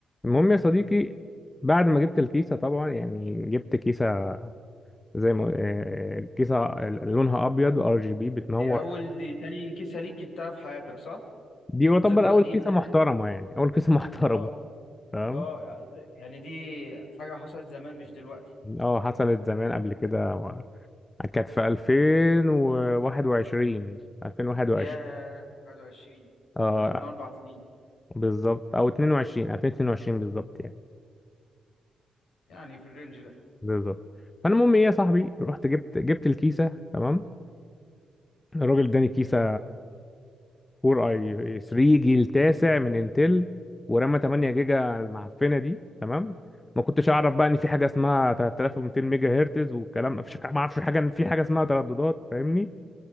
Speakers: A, on the left; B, on the left.
A: المهم يا صديقي بعد ما جبت الكيسة طبعا يعني جبت كيسة زي ما آه، كيسة لونها أبيض ار جي بي بتنور
B: دي اول دي تاني كيسة ليك جبتها في حياتك صح
A: دي يعتبر
B: ذكرى
A: أول
B: قديمة
A: كيسة محترمة
B: يعني
A: يعني أول كيسة <laughs> محترمة
B: اه
A: تمام
B: اه يعني دي حاجة حصلت زمان مش دلوقتي
A: اه حصلت زمان قبل كده و- كانت في 2021 2021
B: ياه 21
A: اه
B: ده من اربع سنين
A: بالظبط او 22 2022 بالظبط يعني
B: يعني في الرينج ده
A: بالظبط فالمهم ايه يا صاحبي رحت جبت جبت الكيسة تمام الراجل اداني كيسة كور اي 3 جيل تاسع من انتل ورامة 8 جيجا على المعفنة دي تمام ما كنتش اعرف بقى ان في حاجة اسمها 3200 ميجا هرتز والكلام ما فيش ما اعرفش حاجة ان في حاجة اسمها ترددات فاهمني